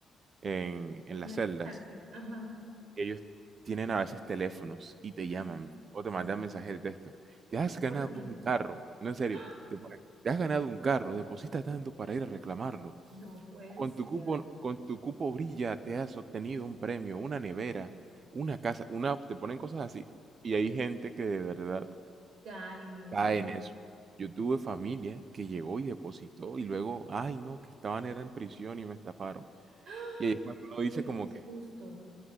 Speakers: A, on the right (about 45°); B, on the right (about 65°).
A: en, en
B: La
A: las celdas,
B: cárcel. Ajá.
A: ellos tienen a veces teléfonos y te
B: Ay,
A: llaman o te mandan
B: Es,
A: mensajes de texto. Te
B: es
A: has ganado
B: horrible.
A: un carro, no en serio,
B: ¡Ah!
A: te ponen, te has ganado un carro, deposita tanto para ir a reclamarlo.
B: No puede
A: O Con
B: ser.
A: tu cupo, con tu cupo brilla, te has obtenido un premio, una nevera, una casa, una, te ponen cosas así. Y hay gente que de verdad
B: Ya en eso.
A: cae en eso. Yo tuve familia que llegó y depositó y luego, ay no, que estaban era en prisión y me estafaron.
B: ¡Ah!
A: Y ahí es cuando uno
B: Uy,
A: dice como
B: qué
A: que,
B: susto.